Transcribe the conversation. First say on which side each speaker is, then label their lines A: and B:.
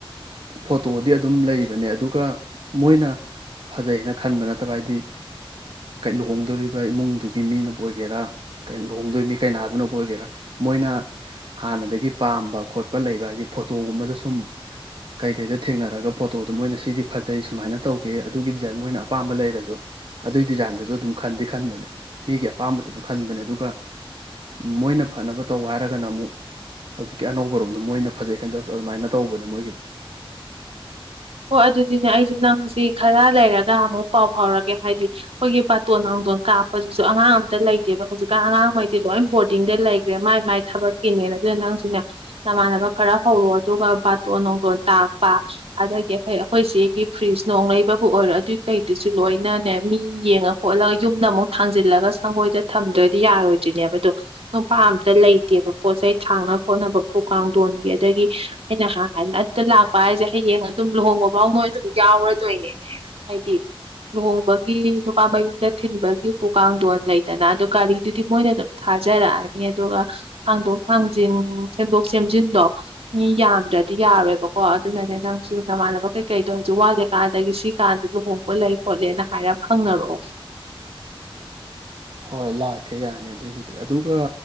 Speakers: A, on the right; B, on the right.
A: ꯐꯣꯇꯣꯗꯤ ꯑꯗꯨꯝ ꯂꯩꯕꯅꯦ ꯑꯗꯨꯒ ꯃꯣꯏꯅ ꯐꯖꯩꯅ ꯈꯟꯕ ꯅꯠꯇꯕ ꯍꯥꯏꯗꯤ ꯂꯨꯍꯣꯡꯗꯣꯔꯤꯕ ꯏꯃꯨꯡꯗꯨꯒꯤ ꯃꯤꯅꯕꯨ ꯑꯣꯏꯒꯦꯔꯥ ꯂꯨꯍꯣꯡꯗꯣꯔꯤꯕ ꯃꯤ ꯀꯩꯅꯥꯗꯨꯅꯕꯨ ꯑꯣꯏꯒꯦꯔꯥ ꯃꯣꯏꯅ ꯍꯥꯟꯅꯗꯒꯤ ꯄꯥꯝꯕ ꯈꯣꯠꯄ ꯂꯩꯕ ꯍꯥꯏꯗꯤ ꯐꯣꯇꯣꯒꯨꯝꯕꯗ ꯁꯨꯝ ꯀꯩꯀꯩꯗ ꯊꯦꯡꯅꯔꯒ ꯐꯣꯇꯣꯗꯣ ꯃꯣꯏꯅ ꯁꯤꯗꯤ ꯐꯖꯩ ꯁꯨꯃꯥꯏꯅ ꯇꯧꯒꯦ ꯑꯗꯨꯒꯤ ꯗꯤꯖꯥꯏꯟ ꯃꯣꯏꯅ ꯑꯄꯥꯝꯕ ꯂꯩꯔꯁꯨ ꯑꯗꯨꯒꯤ ꯗꯤꯖꯥꯏꯟꯗꯁꯨ ꯑꯗꯨꯝ ꯈꯟꯗꯤ ꯈꯟꯕꯅꯦ ꯃꯤꯒꯤ ꯑꯄꯥꯝꯕꯗꯁꯨ ꯈꯟꯕꯅꯦ ꯑꯗꯨꯒ ꯃꯣꯏꯅ ꯐꯅꯕ ꯇꯧ ꯍꯥꯏꯔꯒꯅ ꯑꯃꯨꯛ ꯍꯧꯖꯤꯛꯀꯤ ꯑꯅꯧꯕꯔꯣꯝꯗꯣ ꯃꯣꯏꯅ ꯐꯖꯩ ꯈꯟꯖꯕ ꯑꯗꯨꯃꯥꯏꯅ ꯇꯧꯕꯅꯦ ꯃꯣꯏꯒꯤ
B: ꯍꯣꯏ ꯑꯗꯨꯗꯤꯅꯦ ꯑꯩꯁꯨ ꯅꯪꯁꯤ ꯈꯔ ꯂꯩꯔꯒ ꯑꯃꯨꯛ ꯄꯥꯎ ꯐꯥꯎꯔꯒꯦ ꯍꯥꯏꯗꯤ ꯑꯩꯈꯣꯏꯒꯤ ꯕꯥꯇꯣꯟ ꯅꯨꯡꯇꯣꯟ ꯀꯥꯞꯄꯁꯤꯁꯨ ꯑꯉꯥꯡ ꯑꯝꯇ ꯂꯩꯇꯦꯕ ꯍꯧꯖꯤꯛꯀꯥꯟ ꯑꯉꯥꯡꯉꯩꯗꯤ ꯂꯣꯏ ꯕꯣꯔꯗꯤꯡꯗ ꯂꯩꯈ꯭ꯔꯦ ꯃꯥꯏ ꯃꯥꯏ ꯊꯕꯛꯀꯤꯅꯦꯅ ꯑꯗꯨꯅ ꯅꯪꯁꯨꯅꯦ ꯅꯃꯥꯟꯅꯕ ꯈꯔ ꯍꯧꯔꯣ ꯑꯗꯨꯒ ꯕꯥꯇꯣꯟ ꯅꯨꯡꯗꯣꯟ ꯇꯥꯛꯄ ꯑꯗꯒꯤ ꯩ ꯑꯩꯈꯣꯏ ꯆꯦꯒꯤ ꯐ꯭ꯔꯤꯖ ꯅꯨꯡ ꯂꯩꯕꯕꯨ ꯑꯣꯏꯔꯣ ꯑꯗꯨꯏ ꯀꯩꯗꯨꯁꯨ ꯂꯣꯏꯅꯅꯦ ꯃꯤ ꯌꯦꯡꯉ ꯈꯣꯠꯂꯒ ꯌꯨꯝꯗ ꯑꯃꯨꯛ ꯊꯥꯡꯖꯤꯜꯂꯒ ꯁꯪꯒꯣꯏꯗ ꯊꯝꯗ꯭ꯔꯗꯤ ꯌꯥꯔꯣꯏꯗꯣꯏꯅꯦꯕ ꯑꯗꯣ ꯅꯨꯄꯥ ꯑꯝꯇ ꯂꯩꯇꯦꯕ ꯄꯣꯠ ꯆꯩ ꯊꯥꯡꯅ ꯈꯣꯠꯅꯕ ꯐꯨ ꯀꯥꯡꯊꯣꯟꯒꯤ ꯑꯗꯒꯤ ꯑꯩꯅꯥꯟ ꯑꯇ ꯂꯥꯛꯄ ꯍꯥꯏꯁꯦ ꯍꯌꯦꯡ ꯑꯗꯨꯝ ꯂꯨꯍꯣꯡꯕꯐꯥꯎ ꯅꯣꯏ ꯑꯗꯨꯝ ꯌꯥꯎꯔꯗꯣꯏꯅꯦ ꯍꯥꯏꯗꯤ ꯂꯨꯍꯣꯡꯕꯒꯤ ꯅꯨꯄꯥ ꯃꯌꯨꯝꯗ ꯊꯤꯟꯕꯒꯤ ꯎꯄꯨ ꯀꯥꯡꯗꯣꯟ ꯂꯩꯗꯅ ꯑꯗꯨ ꯒꯥꯔꯤꯗꯨꯗꯤ ꯃꯣꯏꯅ ꯑꯗꯨꯝ ꯊꯥꯖꯔꯛꯑꯅꯤ ꯑꯗꯨꯒ ꯊꯥꯡꯗꯣꯛ ꯊꯥꯡꯖꯤꯟ ꯁꯦꯝꯗꯣꯛ ꯁꯦꯝꯖꯤꯟꯗꯣ ꯃꯤ ꯌꯥꯝꯗ꯭ꯔꯗꯤ ꯌꯥꯔꯣꯏꯕꯀꯣ ꯑꯗꯨꯅꯅꯦ ꯅꯪ ꯑꯗꯨ ꯅꯃꯥꯟꯅꯕ ꯀꯩꯀꯩꯗꯣ ꯍꯧꯖꯤꯛ ꯋꯥꯠꯂꯦꯀꯥꯟꯗꯒꯤ ꯁꯤ ꯀꯥꯟꯗ ꯂꯨꯍꯣꯡꯕ ꯂꯩ ꯈꯣꯠꯂꯦꯅ ꯍꯥꯏꯔ ꯐꯪꯅꯔꯛꯑꯣ
A: ꯍꯣꯏ ꯂꯥꯛꯀꯦ ꯌꯥꯅꯤ ꯑꯗꯨꯒꯤꯗꯤ ꯑꯗꯨꯒ